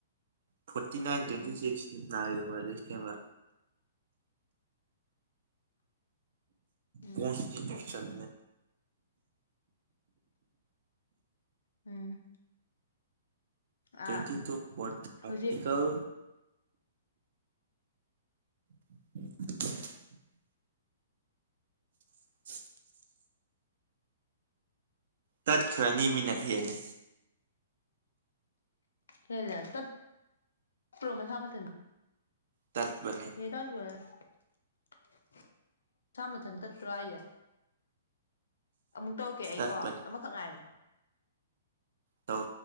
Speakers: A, on the right; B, on the left.
A: ꯐꫭꯔꯇꯤ ꯅꯥꯏꯟ ꯇ꯭ꯋꯦꯟꯇꯤ
B: ꯎꯝ
A: ꯁꯤꯛꯁ ꯎ ꯅꯦ <unintelligible> ꯃꯥ ꯀꯦ <unintelligible>
B: ꯎꯝ
A: ꯀꯣꯟꯁꯇꯤꯇ꯭ꯌꯨꯁꯟ
B: ꯎꯝ
A: ꯇ꯭ꯋꯦꯟꯇꯤ
B: ꯑꯥ
A: ꯇꯨ ꯐꯣꯔ ꯑꯔꯇꯤꯀꯜ
B: ꯍꯧꯖꯤꯛ
A: <inaudible> <inaudible> ꯇꯠꯈ꯭ꯔꯅꯤ ꯃꯤꯅꯠ ꯍꯦꯜꯂꯦ
B: ꯍ‌ꯦꯟꯂ‌ꯦ ꯇꯠꯄ꯭ꯔꫭ ꯃꯁꯥ ꯃꯊꯟ
A: ꯇꯠꯄꯅꯤ
B: ꯍꯦ <unintelligible> ꯇ <unintelligible> ꯁꯥ ꯃꯊꯟ ꯇꯠꯄ꯭ꯔꫭ ꯍꯥꯏꯖ‌ꯦ ꯑꯃꯨꯛ ꯇꯧꯔꯛꯀꯦ ꯑꯩꯀꯣ
A: ꯇꯠꯄꯅꯦ
B: ꯑꯃꯈꯛ ꯉꯥꯏꯔꯦ
A: ꯇꯧ